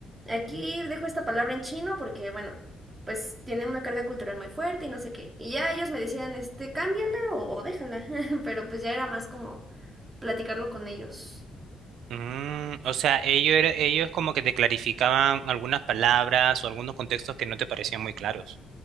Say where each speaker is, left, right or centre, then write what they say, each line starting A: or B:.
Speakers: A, on the right; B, on the right.
A: aquí dejo esta palabra en chino porque, bueno, pues tiene una carga cultural muy fuerte y no sé qué. Y ya ellos me decían, este, cámbiala o, o déjala, <laughs> pero pues ya era más como platicarlo con ellos.
B: Mm, o sea, ellos, era- ellos como que te clarificaban algunas palabras o algunos contextos que no te parecían muy claros.